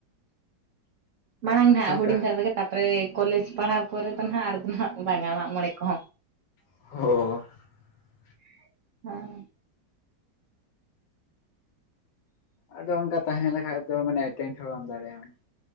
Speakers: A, on the right; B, on the left.
A: ᱢᱟᱲᱟᱝ ᱱᱟᱦᱟᱜ
B: ᱪᱮᱫ ᱞᱮᱠᱟ
A: ᱦᱩᱰᱤᱧ ᱫᱷᱟᱨᱟ ᱨᱮᱜᱮ ᱛᱟᱨᱯᱚᱨᱮ ᱠᱚᱞᱮᱡᱽ ᱯᱟᱲᱦᱟᱣ ᱯᱚᱲᱮ ᱫᱚ ᱱᱟᱦᱟᱜ ᱟᱨᱫᱚ ᱱᱟᱜ ᱵᱟᱝᱟ ᱢᱟᱜ ᱢᱚᱬᱮ ᱠᱚᱦᱚᱸ ᱾
B: <inaudible>
A: <inaudible>
B: ᱟᱫᱚ ᱚᱝᱠᱟ ᱛᱟᱦᱮ ᱞᱮᱠᱷᱟᱡ ᱫᱚ ᱢᱟᱱ ᱴᱮᱱᱴ ᱦᱚᱸ ᱵᱟᱢ ᱫᱟᱲᱮᱜᱼᱟᱢ ᱾